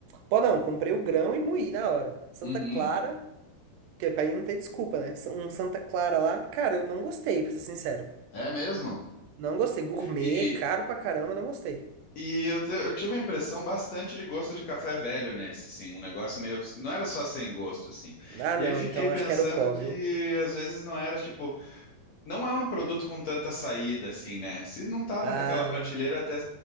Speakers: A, on the right; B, on the left.
A: Pó não, comprei o grão e moí na hora. Santa
B: Uhum.
A: Clara. Porque pra mim não tem desculpa, né? Um Santa Clara lá, cara, eu não gostei, pra ser sincero.
B: É mesmo.
A: Não gostei. Gourmet,
B: E,
A: caro pra caramba, não gostei.
B: e eu, te- eu tive a impressão bastante de gosto de café velho nesse, assim, um negócio meio. Não era só sem gosto, assim.
A: Ah,
B: E
A: não,
B: aí fiquei
A: então
B: pensando
A: acho que era o pó,
B: que
A: viu?
B: às vezes não era tipo. Não é um produto com tanta saída, assim, né? Se não tava
A: Ah,
B: naquela prateleira até